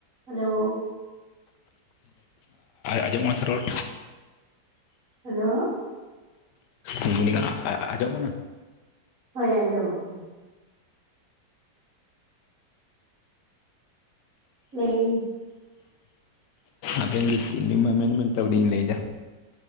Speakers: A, on the right (about 50°); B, on the left (about 80°).
A: ᱦᱮᱞᱳ
B: ᱟᱡᱚᱢᱚᱜ ᱠᱟᱱᱟ ᱥᱮ ᱨᱚᱲ
A: ᱦᱮᱞᱳ
B: ᱞᱟ. ᱭ ᱫᱟ. ᱧ ᱟᱸᱡᱚᱢ ᱠᱟᱱᱟ
A: ᱦᱳᱭ ᱟᱸᱡᱚᱢᱚᱜ ᱠᱟᱱᱟ <unintelligible>
B: ᱟᱵᱮᱱ ᱜᱮ ᱢᱮᱱ ᱵᱮᱱ ᱛᱟᱯᱚᱨᱮᱧ ᱞᱟᱹᱭᱫᱟ